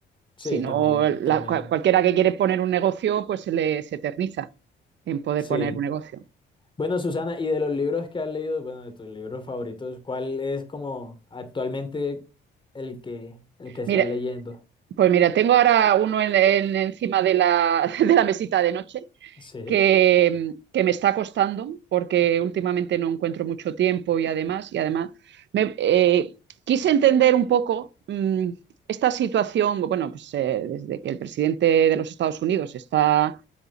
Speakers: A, on the left; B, on the right.
A: Sí,
B: Si no,
A: también,
B: la-
A: también.
B: cua- cualquiera que quiere poner un negocio, pues se le se eterniza. en poder
A: Sí.
B: poner un negocio.
A: Bueno, Susana, y de los libros que has leído, bueno, de tus libros favoritos, ¿cuál es como actualmente el que el que estás
B: Mira,
A: leyendo?
B: pues mira, tengo ahora uno en, en, encima de la, <laughs> de la, mesita de noche
A: Sí.
B: que, que, me está costando porque últimamente no encuentro mucho tiempo y además, y además me, eh, quise entender un poco mmm, esta situación, bueno, pues eh, desde que el presidente de los Estados Unidos está,